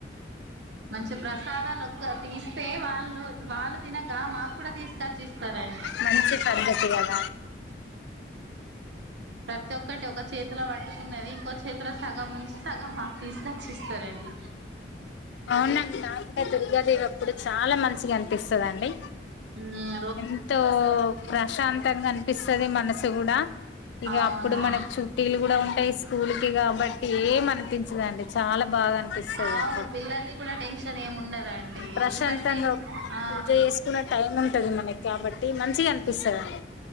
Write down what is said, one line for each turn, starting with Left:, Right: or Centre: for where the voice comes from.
Right: మంచి ప్రసాదాలు ఒక్కటిస్తే వాళ్ళు వాళ్ళు తినక మాకు కూడా తీసుకొచ్చిస్తారండి
Left: మంచి పద్దతిగాల
Right: ప్రతి ఒక్కటి ఒక చేతిలో పట్టు న్నది ఇంకో చేతి సగం ఉంచి సగం మాకు తీసుకొచ్చిస్తారండి
Left: అవునండి నాకు దుర్గాదేవి అప్పుడు చాలా మంచిగా అనిపిస్తాదండి
Right: ఉమ్
Left: ఎంతో ప్రశాంతంగా అనిపిస్తుది మనసు కూడా ఇక
Right: అవును
Left: అప్పుడు మనకు చుట్టిలు కూడా ఉంటాయి స్కూల్ కి కాబట్టి ఏం అనిపించదండి చాలా బాగా అనిపిస్తుంది
Right: అవును
Left: అప్పుడు
Right: పిల్లల్ది కూడా టెన్షన్ ఏమి ఉండదండి
Left: ప్రశాంతంగా
Right: ఎందుకంటే ఇంట్లో ఆ
Left: పూజ చేసుకునే టైం ఉంటది మనకి కాబట్టి మంచిగా అనిపిస్తాదండి